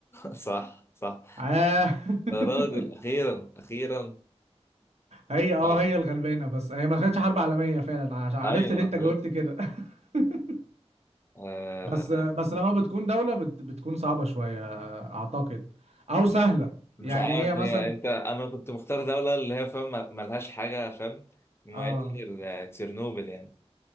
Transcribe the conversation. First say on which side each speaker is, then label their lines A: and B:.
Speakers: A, on the left; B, on the right.
A: صح صح
B: آه <laughs>
A: انا بقول اخيرا اخيرا
B: هي اه
A: أي-
B: هي الغلبانة بس هي ما دخلتش حرب عالمية فعلا عش- عرفت
A: ايوه
B: اللي
A: ما
B: أنت
A: دخلتش
B: جاوبت كده <laughs>
A: آه
B: بس بس لما بتكون دولة بت... بتكون صعبة شوية أعتقد أو سهلة
A: مش
B: يعني
A: عارف
B: هي مثلا
A: هي انت انا كنت مختار دوله اللي هي فاهم مل- ملهاش حاجه فاهم مميزه
B: اه
A: غير تشيرنوبل يعني